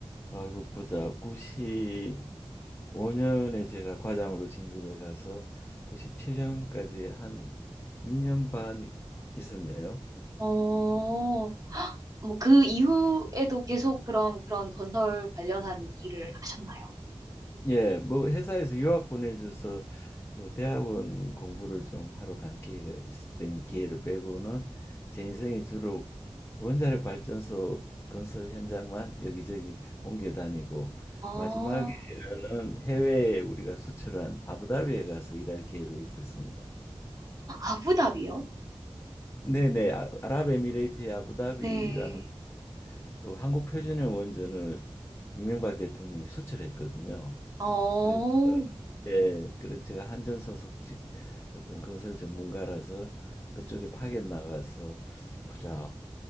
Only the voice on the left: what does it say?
아이고 보자. 95년에 제가 과장으로 진급해 가서 97년까지 한 2년 반 있었네요.
예, 뭐 회사에서 유학 보내줘서 그 대학원 공부를 좀 하러 간 기회가 있었던 기회를 빼고는 제 인생이 주로 원자력 발전소 건설 현장만 여기저기 옮겨 다니고
마지막에는 해외에 우리가 수출한 아부다비에 가서 일할 기회도 있었습니다.
네네, 아- 아랍에미레이트의 아부다비라는
그 한국 표준형 원전을 이명박 대통령이 수출했거든요.
그래 예, 그래서 제가 한전소속 직- 어떤 건설 전문가라서 그쪽에 파견 나가서 보자.